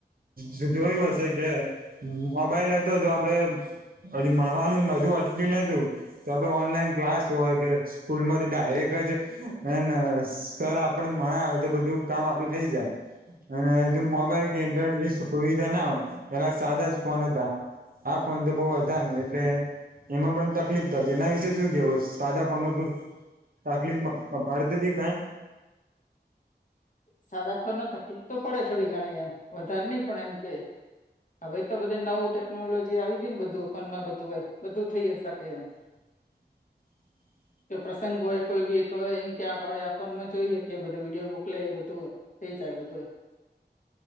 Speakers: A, on the right; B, on the left.
A: તમે જોયું જ હશે કે જો મોબાઇલ હોત તો આપણે હજી ભણવાનું બધું અટકી નતુ તો ઓનલાઈન ક્લાસ હોય કે સ્કૂલ માંથી ડાયરેક. ત્યાં આપણે મળી આવે બધું કામ આપણે થઇયે જાયે જો
B: હમ
A: મોબાઇલ અને ઇન્ટરનેટ થી સુવિધા ના હોયે પહલે આ સાદા જ ફોન હતા આ ફોને તો હતા નહીં એટલે એમા પણ તકલીફ થતી એવા વિશે સુ કેવું છે હા, ત્યારે ઘણી તકલીફ પડતી હતી.
B: સાદા ફોનમાં તકલીફ તો પડે થોડીઘણી એમ વધારે ની પડે એમ કે હવે તો નવી ટેકનોલોજી આવી ગયે બધું ફોન મા થયે શકે
A: <unintelligible>
B: કોઈ પ્રસંગ હોયે કોઈ ભી તો એમ કે આ ફોન મા જોયે તે વિડિઓ મોકલે તો એ થય જાયે બધુએ